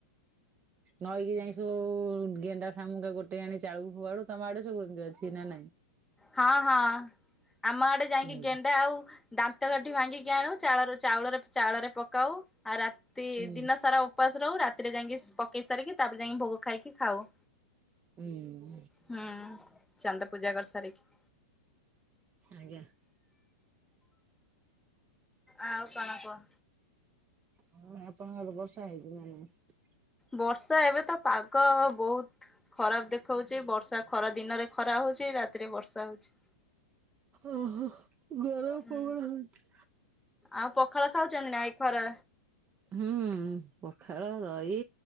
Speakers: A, on the right; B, in the centre.
A: ନଈକି ଯାଇ ସବୁ ଗେଣ୍ଡା ସାମୁକା ଗୋଟେଇ ଆଣି ଚାଳକୁ ଫୋପାଡୁ ତମ ଆଡେ ସବୁ ଏମିତି ଅଛି ନା ନାଇଁ?
B: ହଁ ହଁ ଆମ ଆଡେ ଯାଇକି
A: ହୁଁ।
B: ଗେଣ୍ଡା ଆଉ ଦାନ୍ତ କାଠି ଭାଙ୍ଗିକି ଆଣୁ ଚାଳ ଚାଉଳରେ ଚାଉଳରେ ପକାଉ ଆଉ ରାତି
A: ହୁଁ
B: ଦିନ ସାରା ଉ ଉପାସ ରହୁ ରାତିରେ ଯାଇକି ପକେଇ ସାରିକି ତାପରେ ଯାଇକି ଭୋଗ ଖାଇକି ଖାଉ।
A: ହୁଁ
B: ହୁଁ ଚାନ୍ଦ ପୂଜା କରିସାରିକି।
A: ଆଜ୍ଞା।
B: ଆଉ କଣ କୁହ?
A: ହଁ ଆପଣଙ୍କ ଆଡେ ବର୍ଷା ହେଇଛି ନା ନାଇଁ?
B: ବର୍ଷା ଏବେ ତ ପାଗ ବହୁତ ଖରାପ ଦେଖଉଛି ବର୍ଷା ଖରା ଦିନରେ ଖରା ହଉଛି ରାତିରେ ବର୍ଷା ହଉଛି।
A: ଓହୋ ଗରମ
B: ହୁଁ
A: ପବନ ହଉଛି।
B: ଆଉ ପଖାଳ ଖାଉଛନ୍ତି ନା ଏ ଖରା
A: ହୁଁ ପଖାଳ ଦହି